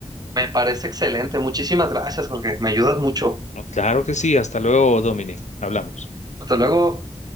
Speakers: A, on the right (about 30°); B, on the left (about 70°).
A: Me parece excelente. Muchísimas gracias, Jorge. Me ayudas mucho.
B: No, Claro que sí, hasta luego, Dominic. Hablamos.
A: Hasta luego.